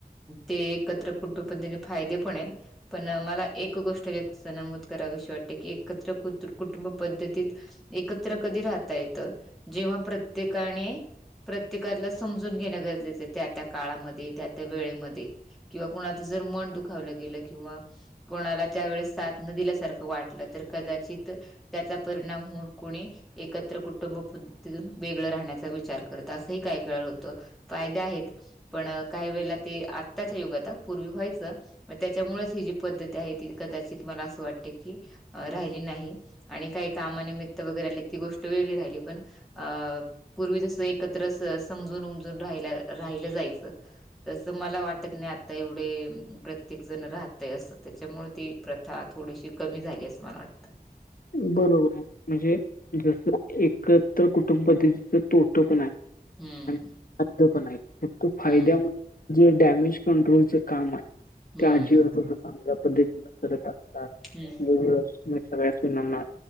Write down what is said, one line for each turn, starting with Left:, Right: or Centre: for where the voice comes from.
Centre: ते एकत्र कुटुंब पद्धतीचे फायदे पण आहेत. पण मला एक गोष्ट त्यात असं नमूद कराविशी वाटते, की एकत्र कुत्र-कुटुंब पद्धतीत एकत्र कधी राहता येतं, जेव्हा प्रत्येकाने प्रत्येकाला समजून घेणं गरजेच आहेत. त्या त्या काळामध्ये, त्या त्या वेळेमध्ये किंवा कुणाचं जर मन दुखावलं गेलं किंवा कोणाला त्यावेळेस साथ नं दिल्यासारखं वाटलं, तर कदाचित त्याचा परिणाम होऊन कोणी एकत्र कुटुंब पद्धतीतून वेगळं राहण्याचा विचार करत असंही काय काय वेळा होतं. फायदे आहेत, पण काही वेळेला ते आत्ताच्या युगात हा पूर्वी व्हायचं मग त्याच्यामुळेच ही जी पद्धती आहे ती कदाचित मला असं वाटते की राहिली नाही, आणि काही कामानिमित्त वगैरे आले ती गोष्ट वेगळी राहिली, पण अ पूर्वी जसं एकत्र समजून उमजून राहिला राहिलं जायचं तसं मला वाटत नाही आता एवढे प्रत्येक जण राहतय असं त्याच्यामुळे ते प्रथा थोडीशी कमी झाली असं मला वाटतं.
Left: बरोबर आहे, म्हणजे जस एकत्र कुटुंब पद्धतीच तोट पण हाय.
Centre: हम्म
Left: आणि फायद पण आहेत, फक्त फायद्या
Centre: हम्म
Left: मूळ जे डॅमेज कंट्रोलच काम हाय
Centre: हम्म
Left: ते आजी आजोबा चांगल्या पद्धतीनं करत असतात,
Centre: हम्म
Left: वेगवेगळ्या सगळ्या सुनाना